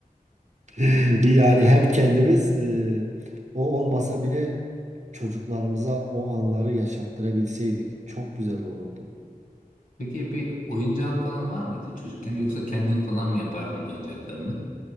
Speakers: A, on the right (about 50°); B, on the left (about 65°).
A: <laughs>
B: <laughs>
A: Yani hem kendimiz e, o olmasa bile çocuklarımıza o anları yaşattırabilseydik çok güzel olurdu.
B: Peki bir oyuncağın falan var mıydı çocukken yoksa kendin falan mı yapardın oyuncaklarını?